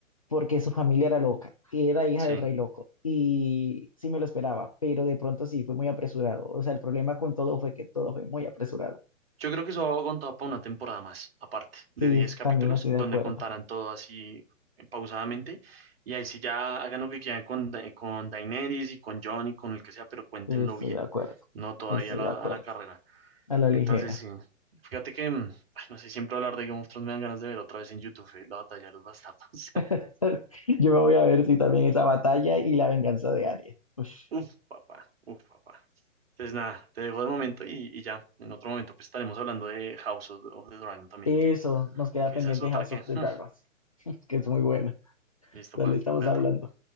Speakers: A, on the left (about 30°); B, on the right (about 45°).
A: porque su familia era loca, era hija
B: Sí.
A: del rey loco y sí me lo esperaba, pero de pronto sí, fue muy apresurado. O sea, el problema con todo fue que todo fue muy apresurado.
B: Yo creo que eso aguantaba para una temporada más, aparte, de
A: Sí,
B: 10 capítulos,
A: también estoy
B: donde
A: de acuerdo,
B: contaran todo así eh, pausadamente. Y ahí sí ya hagan lo que quieran con, Da- con Daenerys y con Jon y con el que sea, pero cuéntenlo
A: estoy
B: bien,
A: de acuerdo,
B: no todavía
A: estoy
B: a la,
A: de acuerdo,
B: a la carrera.
A: a la
B: Entonces,
A: ligera.
B: sí. Fíjate que, mm, ay, no sé, siempre hablar de Game of Thrones me dan ganas de ver otra vez en YouTube, eh, la batalla de los bastardos.
A: <laughs> Yo me voy a ver si también esa batalla y la venganza de Arya. Ush.
B: Uf, papá, uf, papá. Entonces, nada, te dejo de momento y, y ya. En otro momento, pues estaremos hablando de House of, of the Dragon también,
A: Eso,
B: que,
A: nos queda
B: que
A: pendiente
B: esa es otra
A: House
B: que.
A: of
B: <laughs>
A: the Dragons, que es muy bueno.
B: Listo,
A: Dale,
B: pa,
A: estamos
B: espérate.
A: hablando.